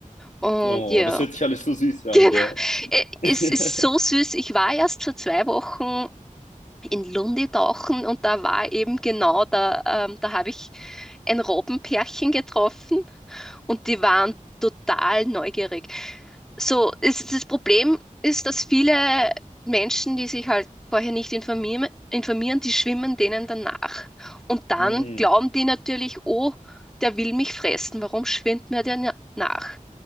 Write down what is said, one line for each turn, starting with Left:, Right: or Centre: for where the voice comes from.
Centre: Und
Left: Oh,
Centre: ja,
Left: das hört sich alles so süß
Centre: <laughs>
Left: an,
Centre: genau,
Left: gell?
Centre: Äh,
Left: <laughs>
Centre: es ist so süß. Ich war erst vor zwei Wochen in Lundi tauchen und da war eben genau da, ähm, da habe ich ein Robbenpärchen getroffen und die waren total neugierig. So, es, das Problem ist, dass viele Menschen, die sich halt vorher nicht informieren, informieren, die schwimmen denen danach. Und dann
Left: Mm.
Centre: glauben
Left: <laughs>
Centre: die natürlich, oh, der will mich fressen, warum schwimmt mir der na- nach?